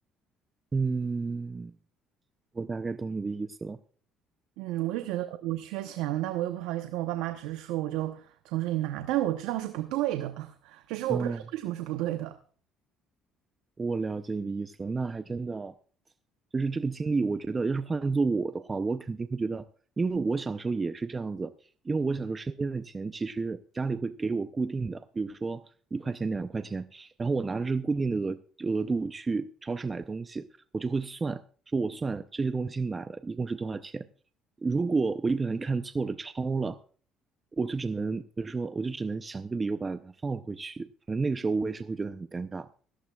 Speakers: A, on the right; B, on the right.
A: 嗯，我大概懂你的意思了。
B: 嗯，我就觉得我缺钱了，但我又不好意思跟我爸妈直说，我就从这里拿，但是我知道是不对的，<laughs> 只是我不知道为什么是不对的。
A: 嗯，我了解你的意思了，那还真的，就是这个经历，我觉得要是换做我的话，我肯定会觉得，因为我小时候也是这样子，因为我小时候身边的钱其实家里会给我固定的，比如说一块钱、两块钱，然后我拿着这个固定的额额度去超市买东西，我就会算，说我算这些东西买了一共是多少钱，如果我一不小心看错了、超了。我就只能，比如说，我就只能想一个理由把它放回去。反正那个时候我也是会觉得很尴尬。